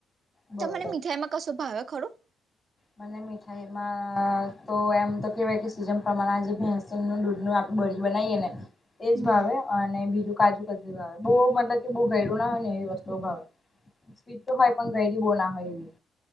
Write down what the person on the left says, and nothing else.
બરોબર
મ મીઠાઈ એમાં તો એમ તો કહેવાય કે સીઝન પ્રમાણે જે ભેંસનું દૂધનું આપણે બળ બનાવીએ ને એજ
ભાવે અને બીજું કાજુ કચરી ભાવે બહુ મતલબ કે બહુ ઘડું ના હોય ને એવી વસ્તુઓ ભાવે સ્પીડ તો હોય પણ ગઈડી બહુ ના હોય એવી